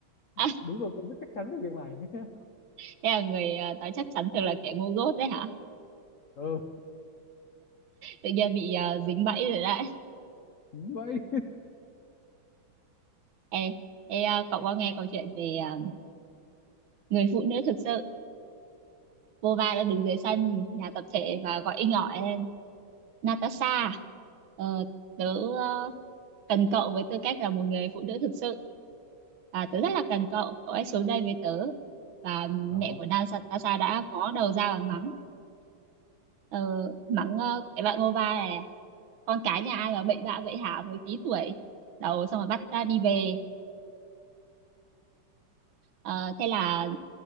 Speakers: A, on the left (about 60°); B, on the right (about 70°).
A: <laughs>
B: à,
A: đúng rồi cô rất chắc chắn về việc này <laughs>
B: thế là người ờ, nói chắc chắn thường là kẻ ngu dốt đấy hả
A: ừ
B: tự nhiên bị ờ, dính bẫy rồi đấy
A: đúng vậy
B: ê ê ờ, cậu có nghe câu chuyện về ờ, người phụ nữ thực sự vô va đã đứng dưới sân nhà tập thể và gọi inh ỏi Natasha à? ờ, tớ ờ, cần cậu với tư cách là một người phụ nữ thực sự và tớ rất là cần cậu cậu hãy xuống đây với tớ và mẹ
A: Ờ,
B: của Natasha đã có đầu ra và mắng ờ, mắng ờ, cái bạn Ngova này con cái nhà ai mà bậy bạ vậy hả mới tí tuổi đầu xong rồi bắt ta đi về Ờ, thế là